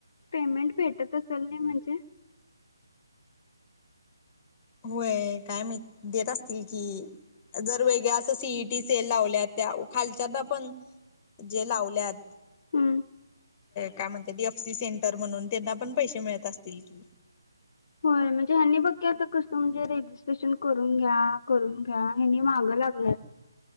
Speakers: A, on the left; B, on the left.
A: पेमेंट भेटत असेल नाही म्हणजे,
B: होय काय माहित देत असतील की, जर वेगळ्या असं सी ई टी सेल लावल्या त्या खालच्यान <inaudible> पण जे लावल्यात
A: हम्म
B: काय म्हणतात डी <unintelligible> एफ सी सेंटर म्हणून त्यांना पण पैसे मिळत असतील की
A: होय म्हणजे ह्यांनी बघकी आता कसं म्हणजे <unintelligible> रजिस्ट्रेशन करून घ्या करून घ्या ह्यांनी मागं लागल्यात.